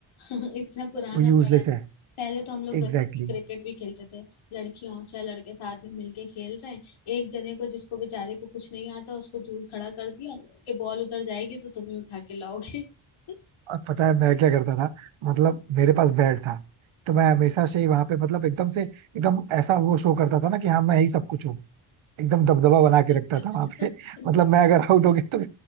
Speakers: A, on the left; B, on the right.
A: <laughs> इतना पुराना
B: वो यूजलेस
A: पड़ा है
B: है
A: पहले तो हम लोग गली
B: Exactly
A: में क्रिकेट
B: exactly.
A: भी खेलते थे लड़कियां और छह लड़के साथ में मिलके खेल रहे हैं एक जने को जिसको बेचारे को कुछ नहीं आता उसको दूर खड़ा कर दिया कि बॉल उधर जाएगी तो तुम्हें उठा के लाओगे <laughs>
B: और पता है मैं क्या करता था मतलब मेरे पास बेड था तो मैं हमेशा से ही वहां पे मतलब एकदम से एकदम ऐसा वो शो करता था ना कि हाँ मैं यही सब कुछ हूँ एकदम दबदबा बना के
A: अच्छा
B: रखता था वहां पे <laughs>
A: <laughs>
B: मतलब मैं अगर आउट हो गया तो